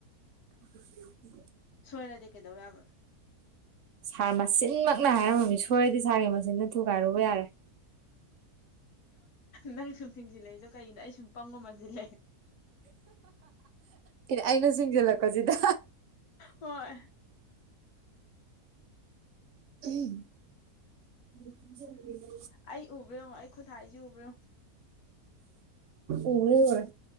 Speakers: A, on the right; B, on the left.
A: ꯎ
B: ꯁꯣꯏꯔꯗꯤ ꯀꯩꯗꯧꯋ ꯌꯥꯕ
A: ꯁꯥꯔ ꯃꯆꯤꯟꯃꯛꯅ ꯍꯥꯏꯔꯝꯃꯃꯤ ꯁꯣꯏꯔꯗꯤ ꯁꯥꯔꯒꯤ ꯃꯆꯤꯟꯗ ꯊꯨꯒꯥꯏꯔꯨꯕ ꯌꯥꯔꯦ
B: ꯅꯪ ꯁꯨꯝ ꯆꯤꯡꯁꯤꯜꯂꯛꯏꯗꯣ ꯀꯅꯣ ꯑꯩ ꯁꯨꯝ ꯄꯪ ꯃꯃꯜꯁꯤꯜꯂꯛꯑꯦ
A: ꯀ ꯑꯩꯅ ꯁꯤꯡꯁꯤꯜꯂꯛꯄꯁꯤꯗ
B: ꯍꯣꯏ
A: ꯎꯝ ꯆꯔꯤ
B: ꯑꯩ ꯎꯕ꯭ꯔꯣ ꯑꯩ ꯈꯨꯠ ꯍꯥꯏꯔꯤꯁꯦ ꯎꯕ꯭ꯔꯣ꫰ꯌꯦꯡꯉꯣ
A: ꯎꯡꯂ ꯑꯣꯏ